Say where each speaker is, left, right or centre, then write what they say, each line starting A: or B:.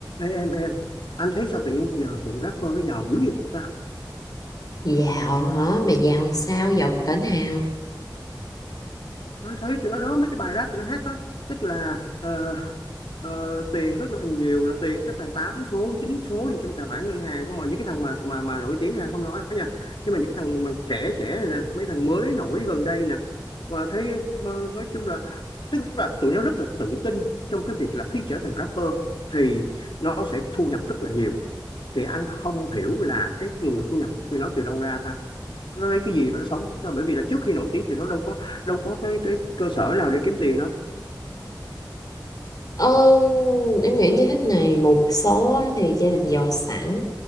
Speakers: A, on the left (about 80°); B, on the left (about 50°).
A: Ê, em em anh thấy sao tự nhiên giờ tụi rapper nó giàu dữ vậy ta
B: Dạo hả? Mày dạo làm sao? Dạo cỡ nào?
A: anh thấy tụi nó đó mấy cái bài rap tụi nó hát đó tức là ờ, ờ, tiền rất là nhiều là tiền tới toàn 8 số 9 số gì trong tài khoản ngân hàng không mà những cái thằng mà mà mà nổi tiếng ra anh không nói nha nhưng mà những cái thằng mà trẻ trẻ này nè mấy thằng mới nổi gần đây nè và thấy mà nói chung là tức là tụi nó rất là tự tin trong cái việc là khi trở thành rapper thì nó sẽ thu nhập rất là nhiều thì anh không hiểu là cái nguồn thu nhập của tụi nó từ đâu ra ta nó lấy cái gì mà nó sống đâu bởi vì là trước khi nổi tiếng thì nó đâu có đâu có cái cái cơ sở nào để kiếm tiền đâu
B: Ờ, em nghĩ như thế này một số á, thì gia đình giàu sẵn